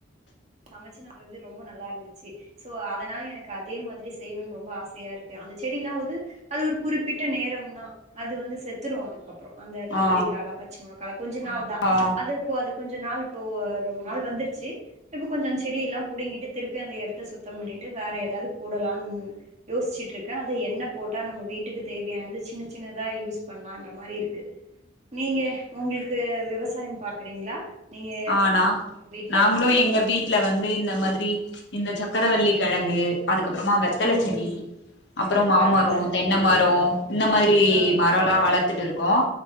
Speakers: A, on the right; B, on the left.
A: சமைச்சு ந வறது ரொம்ப நல்லா இருந்துச்சு சோ அதனால எனக்கு அதே மாதிரி செய்யணும்னு ரொம்ப ஆசையா இருக்கு அந்த செடி எல்லாம் வது அது ஒரு குறிப்பிட்ட நேரம் தான் அது வந்து செத்துரும் அதுக்கு அப்புறம் அந்த கத்திரிக்காலா
B: ஆ
A: பச்ச கொஞ்ச நாள் தான்
B: ஆ
A: அது இப்போ அதுக்கு கொஞ்ச நாள் இப்போ ரொம்ப நாள் வந்துருச்சு இப்ப கொஞ்ச அந்த செடியல்லாம் புடுங்கிட்டு திருப்பி அந்த இடத்த சுத்தம் பண்ணிட்டு வேற ஏதாவது போடலாம்ன் யோசிச்சுட்டு இருக்கேன் அதை எண்ண போட்டா நம்ம வீட்டுக்கு தேவையானது சின்ன சின்னதா யூஸ் பண்ணலான்ற மாதிரி இருக்கு நீங்க உங்களுக்கு விவசாய- <unintelligible> டைம் பாக்குறீங்களா நீங்க
B: ஆனா
A: உங்க வீட்ல
B: நாங்களும்
A: இருக்க
B: எங்க வீட்டு்ல
A: ம்
B: வந்து இந்த மாதிரி இந்த சக்கரவள்ளி கிழங்கு அதுக்கப்ப பறமா வெத்தல
A: ம்
B: செடி அப்பறம் மாமரம்
A: பரவால்ல
B: தென்னை
A: ம்
B: மரம்
A: ம்
B: இந்த மாதிரி
A: ம்
B: மரம்லாம் வளர் த்துட்டு இருக்கோம்